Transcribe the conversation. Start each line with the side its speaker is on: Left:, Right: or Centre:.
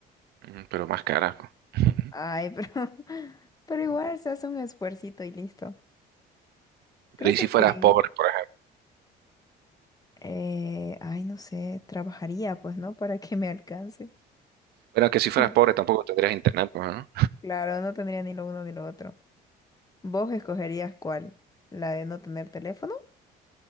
Right: mm, pero más carajo. <laughs>
Left: Ay, pero, <laughs> pero igual se hace un esfuercito y listo. Creo
Right: Pero ¿y
Left: que
Right: si fueras
Left: sí.
Right: pobre, por
Left: Eh, ay, no sé, trabajaría pues, ¿no? Para que me alcance.
Right: Bueno, que
Left: <laughs>
Right: si fueras pobre tampoco tendrías internet, pues, ¿no?
Left: Claro, no tendría ni lo uno ni lo otro. ¿Vos escogerías cuál? ¿La de no tener teléfono?